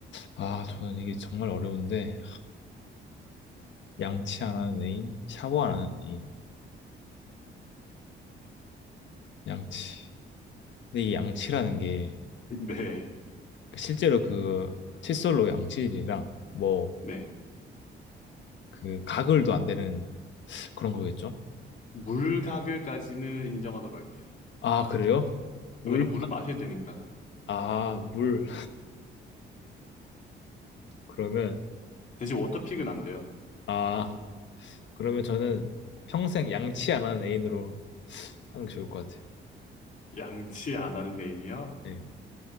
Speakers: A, on the left; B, on the left.
A: 아, 저는 이게 정말 어려운데, 양치 안 하는 애인, 샤워 안
B: <laughs>
A: 하는 애인, 양치. 근데 이 양치라는 게,
B: 네,
A: 실제로 그 칫솔로 양치질이랑 뭐
B: 네.
A: 그 가글도 안 되는 그런 거겠죠?
B: 물가글까지는 인정하도록 할게요.
A: 아, 그래요? 물?
B: 왜냐면 물을 마셔야 되니까.
A: 아, 물. 그러면
B: 대신 워터픽은 안 돼요.
A: 아, 그러면 저는 평생 양치 안 하는 애인으로 하는 게 좋을 것 같아요.
B: 양치 안 하는 애인이요?
A: 네.